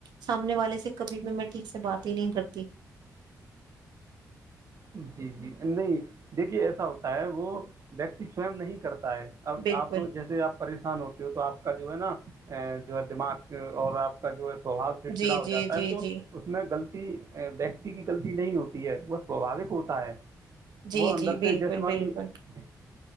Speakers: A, on the right; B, on the right.
A: سامنے والے سے کبھی بھی میں ٹھیک سے بات ہی نہیں کرتی
B: نہیں دیکھیے ایسا ہوتا ہے وہ ویکتی سوئم نہیں کرتا ہے اب
A: بالکل
B: آپ جیسے آپ پریشان ہوتے ہو تو آپ کا جو ہے نا جو ہے دماغ اور آپ کا جو ہے سو بھاوچڑا
A: جی
B: چڑا ہو
A: جی
B: جاتا
A: جی
B: ہے تو
A: جی
B: اس میں غلط ویکتی کی غلطی نہیں ہوتی ہے وہ سوبھاوک ہوتا ہے
A: جی
B: وہ اندر
A: جی بالکل
B: سے جیسے مان
A: بالکل
B: لیے